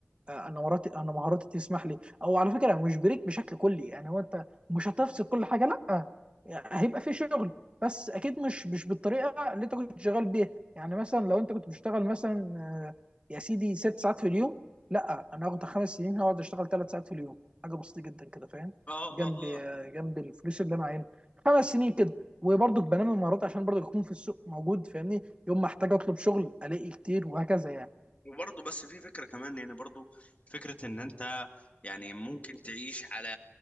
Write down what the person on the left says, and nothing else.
اه
اه
آه.
وبرضه بس في فكرة كمان يعني برضه فكرة ان انت يعني ممكن تعيش على